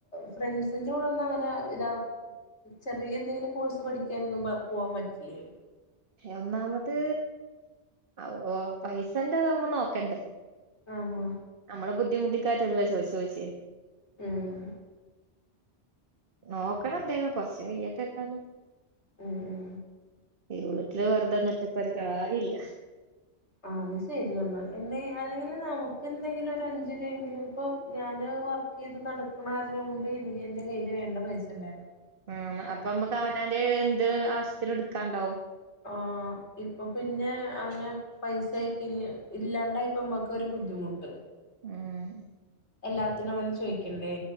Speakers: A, on the left (about 75°); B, on the right (about 50°).
A: ഫ്രണ്ട്സിന്റെ കൂടെ ഒന്ന് അങ്ങനെ ഇതാ ചെറിയെ എന്തെങ്കിലും കോഴ്സ് പഠിക്കാനൊന്നും പ പോവാൻ പറ്റില്ലേ
B: ഒന്നാമത് ഓ പൈസന്റെത് നമ്മള് നോക്കണ്ടേ
A: ആഹ
B: അമ്മള് ബുദ്ധിമുട്ടിക്കായ്ട്ടല്ലല്ലോ ചോയ്ച് ചോയിച്ച്
A: ഉം
B: നോക്കണന്തേലും കോർച്ച് കയ്യെട്ടെ എത്താലും
A: ഉം ഉം
B: ഈ വീട്ട്ല് വെറുതെന്നിട്ടിപ്പൊര് കാര്യല്ല
A: ആ അത്ശരിയാണ് എന്നെ അല്ലെങ്കില് നമുക്ക് എന്തെങ്കിലും ഒരു അഞ്ചു രൂവെങ്കിലും ഇപ്പം ഞാന് വർക്ക് കേത് നടക്കിണര്ണം കൊണ്ട് എനിക്ക് എന്റെ കയ്യില് വേണ്ട പൈസണ്ടാരുന്നു
B: ആഹ് മ അപ്പമ്മക്ക് അവനാന്റെ എന്ത് ആവശ്യത്തിനു ഇട്ക്കാണ്ടാവും
A: ആഹ് ഇപ്പൊ പിന്നെ അങ്ങനെ പൈസ ആയിക്കഴിഞ്ഞ് ഇല്ലാണ്ടായ്പ്പ് അമ്മക്കൊരു ബുദ്ധിമുട്ട്
B: ഉം
A: എല്ലാത്തിനും അങ്ങനെ ചോയ്ക്കണ്ടേ